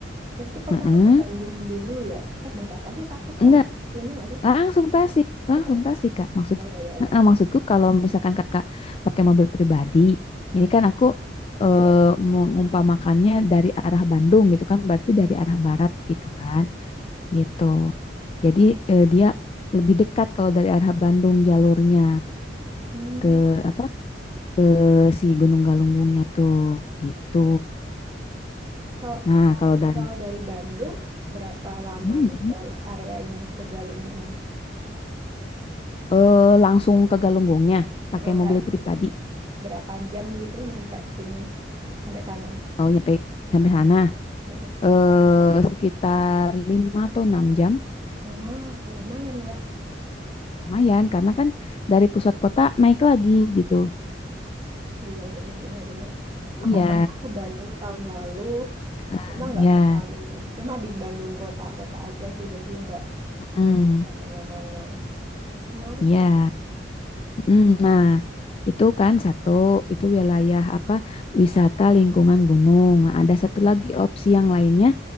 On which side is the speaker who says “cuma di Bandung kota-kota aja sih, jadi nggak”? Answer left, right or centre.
Right